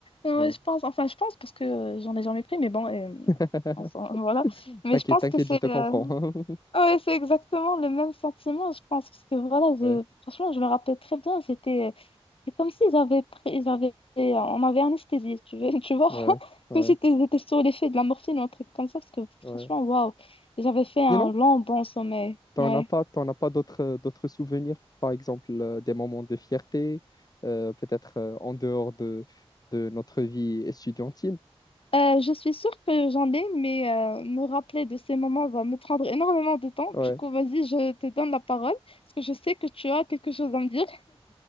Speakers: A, on the left; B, on the left.
A: Euh,
B: ouais.
A: ouais, je pense, enfin, je pense parce que euh, j'en ai jamais pris, mais bon, euh,
B: <laughs>
A: on s'en- <laughs> voilà. Mais
B: T'inquiète,
A: je pense
B: t'inquiète,
A: que c'est,
B: je te
A: euh,
B: comprends. <laughs>
A: ouais, c'est exactement le même sentiment, je pense, parce que voilà, je-
B: Ouais,
A: franchement, je me rappelle très bien, c'était, euh, c'est comme si j'avais pris, j'avais, on m'avait anesthésié, tu vois, <laughs> tu vois,
B: ouais, ouais,
A: comme si j'étais j'étais sous l'effet de la morphine ou un truc comme ça, parce que
B: ouais.
A: franchement, waouh, j'avais fait un
B: Sinon?
A: long bon sommeil.
B: T'en
A: Ouais.
B: as pas, t'en as pas d'autres euh, d'autres souvenirs, par exemple euh, des moments de fierté, euh, peut-être euh, en dehors de, de notre vie estudiantine.
A: Euh, je suis sûre que j'en ai, mais euh, me rappeler de ces moments va me prendre énormément de temps.
B: Ouais.
A: Du coup, vas-y, je te donne la parole, parce que je sais que tu as quelque chose à me dire,